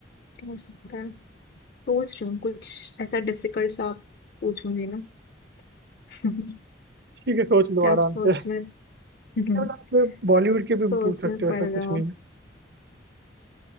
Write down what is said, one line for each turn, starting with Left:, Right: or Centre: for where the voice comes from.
Left: क्या हो सकता है सोच रही हूँ कुछ ऐसा डिफिकल्ट सा आप पूछूंगी ना <laughs>
Right: ठीक है सोच लो
Left: क्या
Right: आराम
Left: आप सोच
Right: से
Left: में <laughs>
Right: मतलब बॉलीवुड के भी
Left: सोच
Right: पूछ सकते
Left: में
Right: हो
Left: पड़
Right: ऐसा कुछ
Left: जाओ
Right: नहीं है